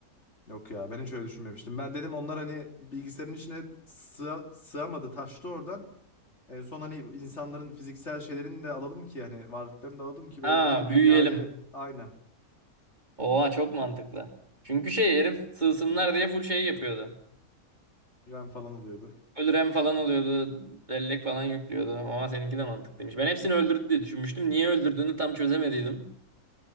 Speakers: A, on the left; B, on the right.
A: Yok ya ben hiç öyle düşünmemiştim. Ben dedim onlar hani bilgisayarın içine sığ- sığamadı taştı oradan. En son hani insanların fiziksel şeylerini de alalım ki hani varlıklarını da alalım ki
B: Ha
A: böyle bütün dünyayı
B: büyüyelim.
A: aynen
B: Oha çok mantıklı. Çünkü şey herif sığsınlar diye full şey yapıyordu.
A: RAM falan alıyordu.
B: Full RAM falan alıyordu. Bellek falan yüklüyordu. Oha seninki de mantıklıymış. Ben hepsini öldürdü diye düşünmüştüm. Niye öldürdüğünü tam çözemediydim.